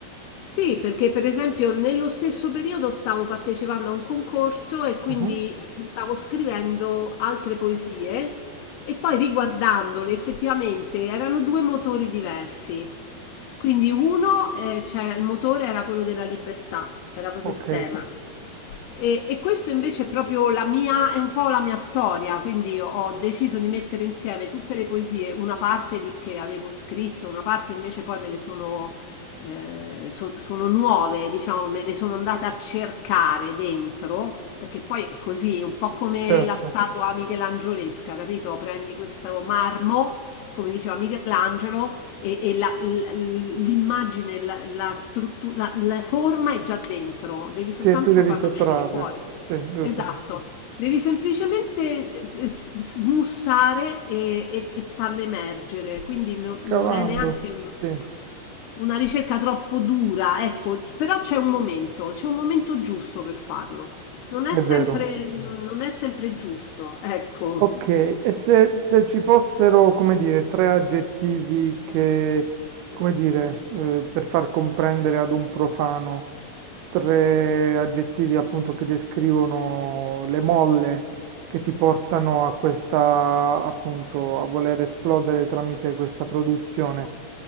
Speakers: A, on the left; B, on the right.
A: Sì, perché per esempio nello stesso periodo stavo partecipando a un concorso e quindi
B: Mhm.
A: stavo scrivendo altre poesie e poi riguardandole effettivamente erano due motori diversi. Quindi uno, eh, c'era il motore era quello della libertà, era proprio
B: Ok,
A: il tema. E, e questo invece è proprio la mia, è un po' la mia storia, quindi ho deciso di mettere insieme tutte le poesie, una parte di- che avevo scritto, una parte invece poi me le sono eh, so- sono nuove, diciamo, me le sono andata a cercare dentro, perché poi è così, è un po' come
B: certo.
A: la statua michelangiolesca, capito? Prendi questo marmo, come diceva Michelangelo, e, e la- l- l'immagine, la, la struttura, la la forma è già dentro, devi soltanto
B: Sì, e tu devi
A: farla
B: sottrarre.
A: uscire fuori.
B: Sì, giusto.
A: Esatto. Devi semplicemente eh, s- smussare e, e- e farle emergere, quindi no-
B: Scavando.
A: non è neanche Ok.
B: Sì, è
A: un- una ricerca troppo dura, ecco, c- però c'è un momento, c'è un momento giusto per farlo. Non è
B: vero.
A: sempre, Ok. non è sempre giusto, ecco.
B: Ok, e se, se ci fossero, come dire, tre aggettivi che, come dire, eh, per far comprendere ad un profano, tre aggettivi appunto che descrivono le molle che ti portano a questa, appunto, a voler esplodere tramite questa produzione,